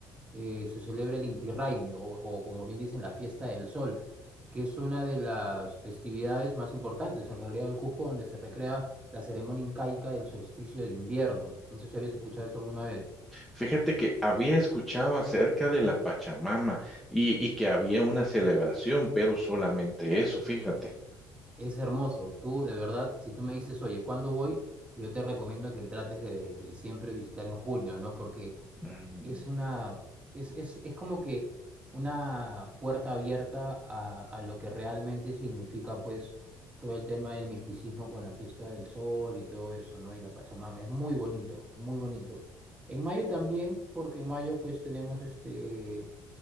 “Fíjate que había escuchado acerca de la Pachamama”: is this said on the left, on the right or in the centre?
Centre